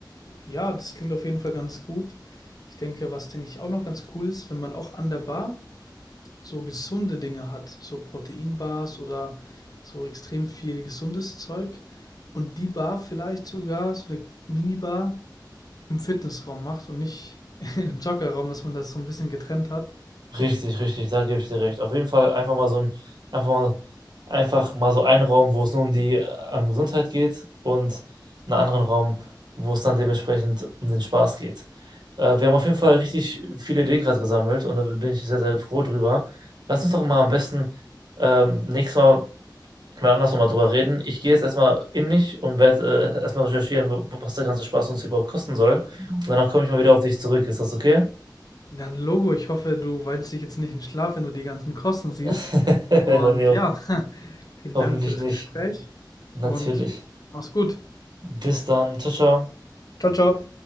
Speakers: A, on the left; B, on the right.
A: ja, das klingt auf jeden Fall ganz gut. Ich denke, was denke ich auch noch ganz cool ist, wenn man auch an der Bar so gesunde Dinge hat, so Proteinbars oder so extrem viel gesundes Zeug und die Bar vielleicht sogar so eine Minibar im Fitnessraum macht und nicht <laughs> in einem Joggerraum, dass man das so ein bisschen getrennt hat.
B: Richtig, richtig, da gebe ich dir recht. Auf jeden Fall einfach mal so ein einfach mal einfach mal so einen Raum, wo's nur um die, äh, ähm, Gesundheit geht und einen anderen Raum, wo es dann dementsprechend um den Spaß geht. Äh, wir haben auf jeden Fall richtig viele Ideen gerade gesammelt und da bin ich sehr, sehr froh drüber. Lass uns doch mal am besten, ähm, nächstes Mal mal anders noch mal drüber reden. Ich gehe jetzt erstmal in mich und werde, äh, erst recherchieren, w was der ganze Spaß uns überhaupt kosten soll und danach komme ich mal wieder auf dich zurück. Ist das okay?
A: <laughs> Dann Logo, ich hoffe, du weinst dich jetzt nicht in Schlaf, wenn du die ganzen Kosten siehst.
B: <laughs>
A: Und
B: Oh ne, ho
A: ja, <laughs> vielen
B: hoffentlich
A: Dank für das
B: nicht.
A: Gespräch
B: Natürlich.
A: und mach's gut.
B: Bis dann. Tschau, tschau.
A: Ciao, ciao.